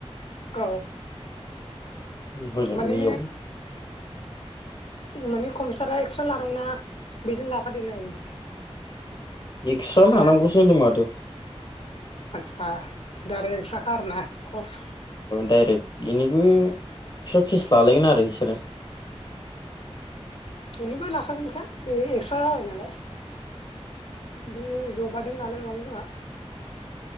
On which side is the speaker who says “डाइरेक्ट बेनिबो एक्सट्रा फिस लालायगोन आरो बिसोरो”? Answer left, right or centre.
Left